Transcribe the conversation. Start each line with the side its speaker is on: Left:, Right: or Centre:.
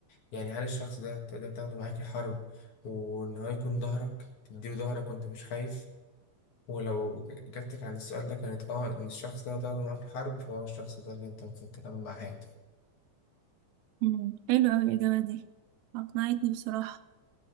Left: يعني هل الشخص ده تقدر تاخده معاك الحرب وإن هو يكون ظهرك تديله ظهرك وأنت مش خايف ولو إجابتك عن السؤال ده كانت آه إن الشخص ده هتاخده معاك الحرب فهو الشخص ده اللي أنت المفروض تكمل معاه حياتك
Right: مم، حلو اوي الاجابة دي اقنعتني بصراحة